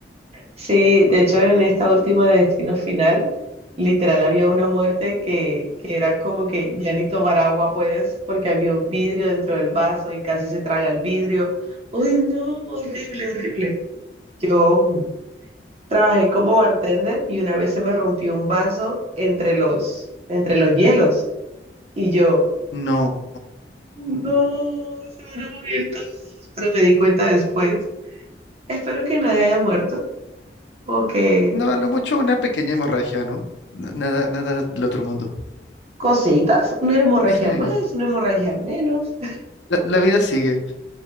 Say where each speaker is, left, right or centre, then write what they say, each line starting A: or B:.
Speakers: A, on the right (about 35°); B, on the left (about 80°).
A: Sí, de hecho en esta última de Destino Final, literal había una muerte que, que era como que ya ni tomar agua puedes porque había un vidrio dentro del vaso y casi se traga el vidrio. ¡Ay, no! Horrible, horrible. Yo mm, trabajé como bartender y una vez se me rompió un vaso entre los, entre los hielos y yo,
B: No.
A: no, se van a morir todos. Pero me di cuenta después. Espero que nadie haya muerto o que
B: No, a lo mucho una pequeña hemorragia, ¿no? Na- Nada, nada del otro mundo.
A: cositas, una hemorragia
B: Sí,
A: más, una hemorragia menos,
B: la, la vida sigue.